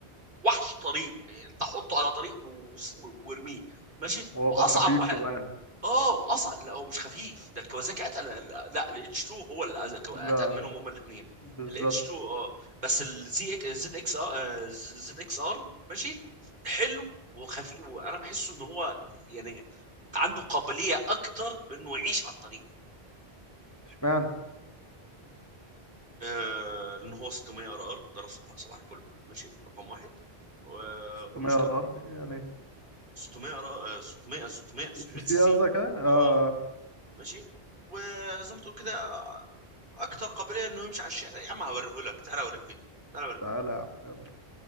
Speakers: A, on the right; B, on the left.
A: وحش طريق انت حطه على طريق وس- وارميه ماشي
B: وهو
A: واصعب
B: خفيف
A: وح...
B: كمان
A: اه واصل لا هو مش خفيف ده الكوازاكي اتقل لا الاتش 2 هو اللي أز-
B: لا
A: اتقل
B: لا
A: منهم هما الاثنين
B: بالظبط
A: الاتش 2 اه بس الزي زد اكس ار زد اكس ار ماشي حلو وخفيف وانا بحسه ان هو يعني عنده قابليه اكتر بانه يعيش على الطريق
B: اشمعنى
A: آه لان هو 600 ار ار ده صباح صباح الفل ماشي رقم واحد والمشكله
B: 600 ار ار يعني
A: 600 ار 600 600 600
B: سي سي
A: سي سي
B: قصدك ها؟
A: اه
B: اه
A: ماشي وزي ما تقول كده اكتر قابليه انه يمشي على الشارع يا عم هوريه لك تعال اوريك فيديو تعال اوريك
B: تعالى
A: فيديو
B: يا عم يلا